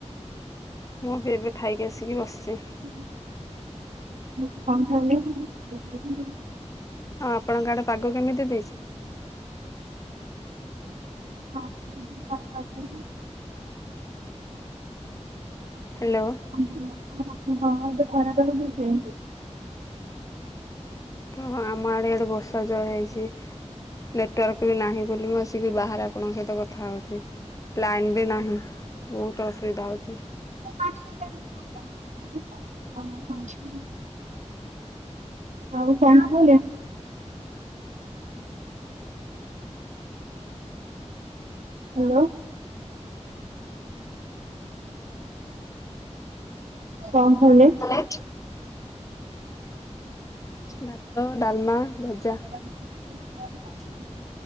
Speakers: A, on the left; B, on the right.
A: ମୁଁ ବି ଏବେ ଖାଇକି ଆସିକି ବସିଛି।
B: ମୁଁ କହିଲି କଣ ଖାଇଲେ?
A: ଆ ଆପଣଙ୍କ ଆଡ଼େ ପାଗ କେମିତି ଦେଇଛି?
B: ହଁ <unintelligible>
A: ହ୍ୟାଲୋ।
B: <unintelligible> କଣ କହିଲେ ଖରା ପାଗ ଦେଇଛି।
A: ହଁ ହଁ ଆମ ଆଡେ ଏଆଡେ ବର୍ଷା ଜୋରେ ହେଇଛି। ଇ ନେଟୱାର୍କ ବି ନାହିଁ ବୋଲି ମୁଁ ଆସିକି ବାହାରେ ଆପଣଙ୍କ ସହିତ କଥା କଥା ହଉଛି ଲାଇନ୍ ବି ନାହିଁ ବହୁତ ଅସୁବିଧା ହଉଛି।
B: ପା <unintelligible> ଆଉ କଣ କହିଲେ? ହ୍ୟାଲୋ। କଣ କହିଲେ?
A: କଛି <inaudible> ଭାତ, ଡଲମା, ଭଜା
B: <inaudible>